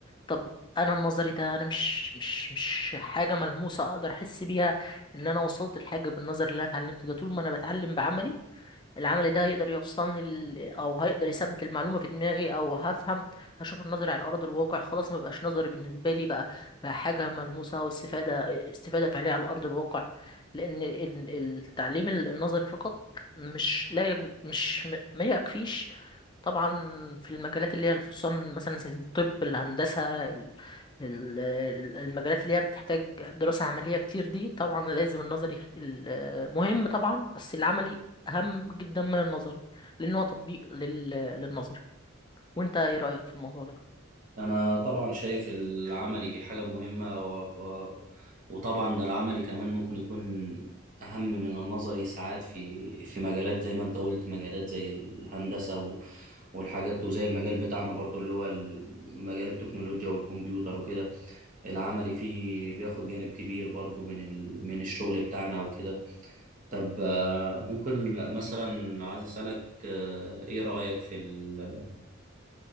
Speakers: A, on the left; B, on the right.
A: طب انا النظري ده انا مش مش مش حاجه ملموسه اقدر احس بيها ان انا وصلت لحاجه بالنظر اللي انا اتعلمته ده طول ما انا بتعلم بعملي العمل ده هيقدر يوصلني ل... او هيقدر يثبت المعلومه في دماغي او هفهم هشوف النظري على ارض الواقع خلاص ما بقاش نظري بالنسبه لي بقى بقى حاجه ملموسه او استفاده استفاده فعليه على ارض الواقع لان ال- ال- التعليم النظري فقط مش لا يجو... مش م- ما يكفيش طبعا في المجالات اللي هي خصوصا مثلا زي الطب الهندسه ال... ال- ال- المجالات اللي هي بتحتاج دراسة عملية كتير دي طبعا لازم النظري ال- مهم طبعا بس العملي أهم جدا من النظري لأن هو تطبيق لل... للنظري وأنت إيه رأيك في الموضوع ده؟
B: أنا طبعا شايف العملي حاجة مهمة و... و... وطبعا ده العملي كمان ممكن يكون أهم من النظري ساعات في في مجالات زي ما أنت قلت مجالات زي الهندسة و... والحاجات وزي المجال بتاعنا برضو اللي هو مجال التكنولوجيا والكمبيوتر وكده العملي فيه بياخد جانب كبير برضو من ال... من الشغل بتاعنا وكده طب آه، ممكن مثلا لو عايز أسألك آه، إيه رأيك في ال...